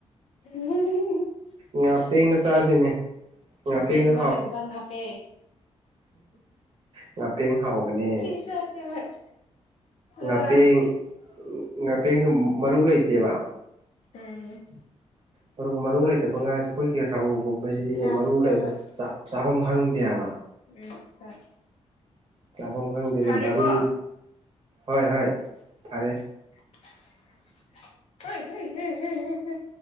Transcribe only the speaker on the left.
<unintelligible>
ꯄꯦꯡꯕ ꯅꯠꯇꯕ ꯉꯥꯞ <unintelligible>
ꯆꯁꯤ ꯍꯣꯏ ꯑ
ꯎꯝ
ꯆꯥꯁꯤ
ꯍꯣꯏ
ꯍꯣꯏ
ꯎꯝ ꯍꯣꯏ
ꯐꯔꯦꯀꯣ
<unintelligible> ꯍꯩ ꯍꯩ ꯍꯦ ꯍꯦ ꯍꯦ